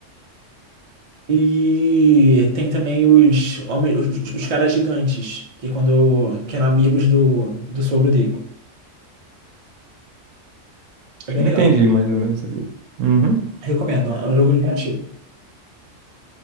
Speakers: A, on the right; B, on the right.
A: E tem também os homens, os, os- os caras gigantes, que é quando que eram amigos do, do sogro dele. É
B: Acho
A: bem
B: que
A: legal.
B: Entendi mais ou menos ali. Uhum.
A: Recomendo, é um jogo divertido.